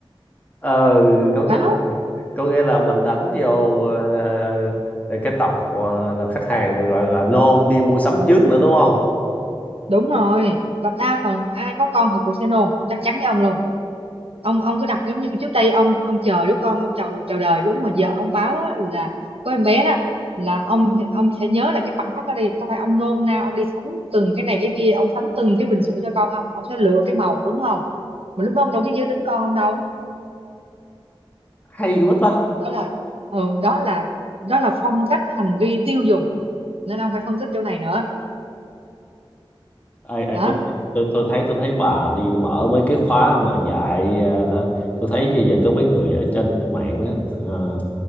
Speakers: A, on the left (about 15°); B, on the right (about 80°).
A: ờ có nghĩa
B: đó
A: là có nghĩa là mình đánh vô ờ, ờ, cái tập ờ, là khách hàng mà gọi là nôn đi mua sắm trước nữa đúng không
B: đúng rồi và đa phần ai có con họ cũng sẽ nôn chắc chắn với ông luôn ông ông cứ đặt giống như trước đây ông ông chờ đứa con ông chờ chờ đời đúng mà giờ ông báo á, là có em bé đó là ông ông sẽ nhớ lại cái khoảnh khắc đó đi có phải ông nôn nao ông đi sắm từng cái này cái kia ông sắm từng cái bình sữa cho con không ông sẽ lựa cái màu đúng không mà lúc đó ông đâu biết giới tính con ông đâu
A: hay quá ta
B: đó là ừ, đó là đó là phong cách hành vi tiêu dùng nên ông phải phân tích chỗ này nữa
A: ai ai
B: hả
A: tôi thấy tôi, tôi thấy tôi thấy bà đi mở mấy cái khóa mà dạy ờ, là tôi thấy bây giờ có mấy người ở trên mạng á ờ,